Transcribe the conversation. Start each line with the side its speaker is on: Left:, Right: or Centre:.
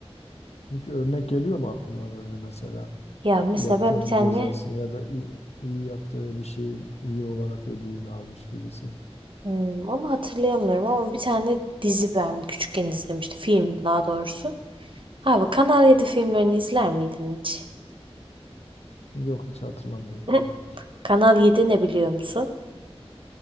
Left: hiç örnek geliyor mu aklına böyle mesela?
Right: Ya mesela
Left: yaptığının
Right: ben bir tane
Left: cezasını ya da iyi, iyi yaptığı bir şeyin iyi olarak ödülünü almış birisi.
Right: hmm, onu hatırlayamıyorum ama bir tane dizi ben küçükken izlemiştim. Film daha doğrusu. Abi Kanal yedi filmlerini izler miydin hiç?
Left: Yok hiç hatırlamıyorum
Right: <laughs>
Left: inan ki.
Right: Kanal yedi ne biliyor musun?